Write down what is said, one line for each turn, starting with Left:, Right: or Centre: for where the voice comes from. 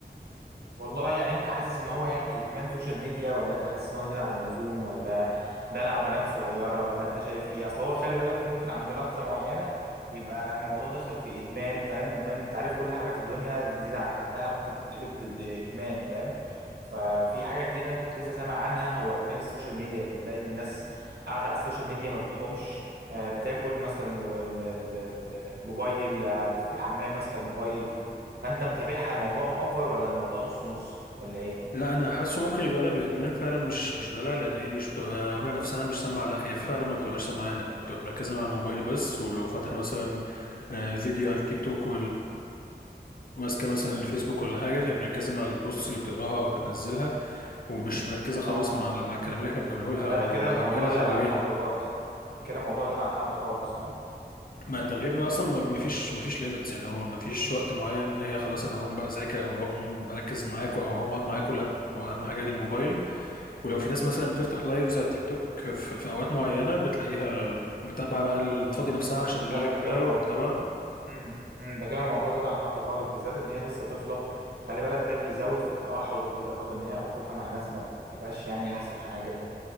Right: والله يعني انت حاسس ان هو يعني ادمان سوشيال ميديا ولا انت حاسس ان هو زيادة عن اللزوم ولا دلع بنات صغيرة ولا انت شايف ايه اصل هو خلي بالك ممكن عند لحظة معينة يبقى الموضوع دخل في ادمان فاهم ادمان انت عارف كل حاجة في الدنيا بتزيد عن حدها ممكن تتقلب ضد ادمان فاهم ففي حاجة جديدة انا كنت لسه سامع عنها هو ادمان السوشيال ميديا بنلاقي الناس قاعدة على السوشيال ميديا ما بتقومش آه، بتاكل ماسكة المو- ال- ال- الموبايل آه، في الحمام ماسكة الموبايل فانت متابعها الموضوع مؤفر ولا الموضوع نص نص ولا ايه
Left: لا انا حاسه ممكن يبقى لها بادمان فعلا مش مش دلع لان هي مش بتبقى عامله نفسها مش سامعه لا هي فعلا ما بتبقاش سامعانا بتبقى مركزه مع الموبايل بس ولو فاتحه مثلا آه، فيديو على التيك توك ماسكه مثلا الفيسبوك ولا حاجه فهي مركزه مع البوست اللي بتقراها او بتنزلها ومش مركزه خالص
Right: اه
Left: مع مع الكلام اللي احنا بنقوله لها
Right: لا
Left: او
Right: ده لا كده الموضوع
Left: او ايه اللي
Right: زاد
Left: حواليها
Right: عن حده خالص ده كده الموضوع زاد عن حده خالص ها
Left: ما ده غير ان اصلا ما فيش ما فيش ليميتس يعني هو ما فيش وقت معين ان هي خلاص انا هقوم بقى اذاكر او هقوم اركز معاكوا او هقوم اقعد معاكوا لا هو اهم حاجه الموبايل ولو في ناس مثلا بتفتح لايفز على تيك توك في, في اوقات معينه بتلاقيها متابعه بقى ال- بتفضي نفسها عشان اللايف
Right: لا ده
Left: ده
Right: كده الموضوع
Left: ومتابعه
Right: <laughs> مم. مم. ده كده الموضوع زاد عن حده خالص بالذات ان هي لسه طفله خلي بالك ده بيزود في التوحد وبيزود ان هي علاقتها مع ناس ما بتبقاش يعني احسن حاجه